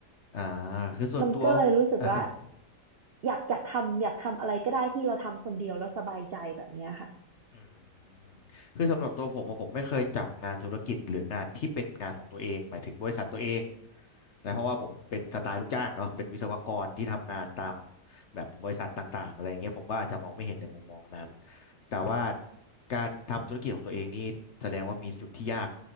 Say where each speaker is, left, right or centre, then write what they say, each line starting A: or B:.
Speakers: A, on the left; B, on the right.
A: อ่าคือส่วนตัว
B: มันก็เลยรู้สึกว่า
A: อ่าครับผม
B: อยากอยากทำอยากทำอะไรก็ได้ที่เราทำคนเดียวแล้วสบายใจแบบเนี้ยค่ะ
A: อืมคือสำหรับตัวผมอะผมไม่เคยจับงานธุรกิจหรืองานที่เป็นงานของตัวเอง หมายถึงบริษัทตัวเองนะเพราะว่าผมเป็นสไตล์ลูกจ้างเนาะเป็นวิศวกรที่ทำงานตามแบบบริษัทต่างๆอะไรเงี้ยผมก็อาจจะมองไม่เห็นในมุมมองนั้นแต่ว่าการทำธุรกิจของตัวเองนี่แสดงว่ามีจุดที่ยาก